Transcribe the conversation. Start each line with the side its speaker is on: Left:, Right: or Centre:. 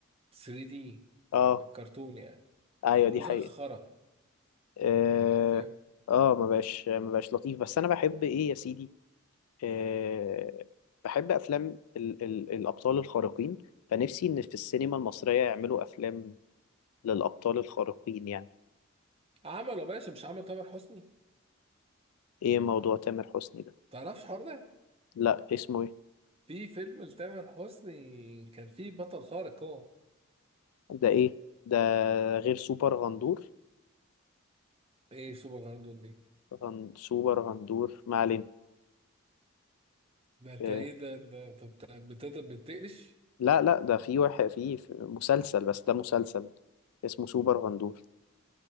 Right: 3 دي
Left: اه
Right: الكرتون يعني
Left: ايوه
Right: خلوه
Left: دي
Right: زي
Left: حقيقة
Right: الخرا
Left: اه
Right: يعني هو فاهم
Left: اه ما بقاش ما بقاش لطيف بس انا بحب ايه يا سيدي آه بحب افلام ال ال الابطال الخارقين فنفسي ان في السينما المصرية يعملوا افلام للابطال الخارقين يعني
Right: عمله يا باشا مش عمل تامر حسني
Left: ايه موضوع تامر حسني ده
Right: تعرفش الحوار ده
Left: لا اسمه ايه
Right: في فيلم لتامر حسني كان فيه بطل خارق هو
Left: ده ايه ده غير سوبر غندور
Right: ايه سوبر هيرو دي
Left: غن سوبر غندور ما علينا
Right: ده انت
Left: آه
Right: ايه ده ده انت بت- بتقدر بتقلش
Left: لا لا ده في واحد في في مسلسل بس ده مسلسل اسمه سوبر غندور